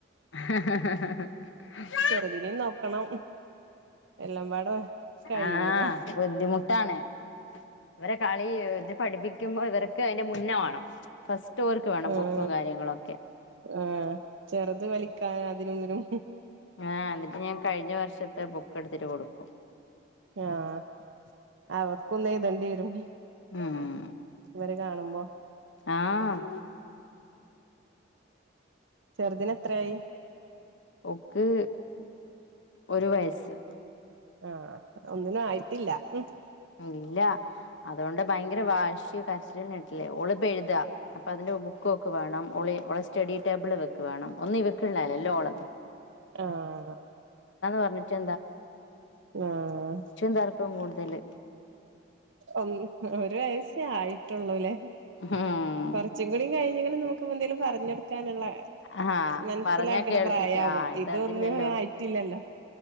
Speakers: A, on the left; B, on the right.
A: ഹാ ഹാ ഹാ
B: ചെറുതിനീം മഹ് നോക്കണം എല്ലാംപാട കയൂല
A: ആഹ് ബുദ്ധിമുട്ടാണ് ഇവരെ കളി ഇത് പഠിപ്പിക്കുമ്പോ ഇവർക്ക് അയ്നെ മുന്നവാണം ഫാസ്റ്റ് ഓര്ക്ക് വേണം
B: ആഹ്
A: ബുക്കും കാര്യങ്ങളൊക്കെ
B: ആഹ് ചെറ്ത് വലിക്കാൻ അതിനൊന്നിനും
A: ആഹ് ഇന്നിട്ട് ഞാൻ കഴിഞ്ഞ വർഷത്തെ ബുക്ക് എട്ത്തിട്ട് കൊടുക്കും
B: ആഹ് അവർക്കൊന്ന് എഴ്തെണ്ട്യരും
A: ഉം
B: ഇവരെ കാണുമ്പോ
A: ആഹ്
B: ചെറുതിനെ എത്രയായി
A: ഒക്ക് ഒരു വയസ്സ്
B: ആഹ് ഒന്നിനും ആയിട്ടില്ല ഉം
A: ഇല്ല അതോണ്ട് ഭയങ്കര വാശ്യാേ കരച്ച്ന്നേട്ട്‌ലേ ഓള്പ്പ എഴ്താ അപ്പ അതിന്റെ ബുക്ക് ഓക്ക് വേണം ഓളേ ഓളെ സ്റ്റഡി ടേബിൾ ഇവക്ക് വേണം ഒന്ന് ഇവക്ക്ള്ളഅല്ലേ എല്ലാം ഓളത്
B: ആഹ്
A: പറഞ്ഞിട്ട്
B: ആഹ്
A: തർക്കം കൂട്തല്
B: ഒൻ ഒരു വയസ്സേ ആയിട്ടൊള്ളൂലേ
A: ഉം
B: കൊറച് ച്ച്ങ്ങ്ണീം കഴിഞ്ഞ്ക്ക്ണ്ന്ന് നോക്ക് എന്തേലും പറഞ്ഞൊട്ക് ക്കാനുള്ള
A: ആഹ്
B: മനസ്സിലാക്ക്ണ
A: പറഞ്ഞാ കേൾപ്പിക്ക
B: പ്രായാകും
A: ആ ഇത്
B: ഇതീ
A: അതില്ലല്ലോ
B: ഒന്നിനും ആയിറ്റില്ലല്ലോ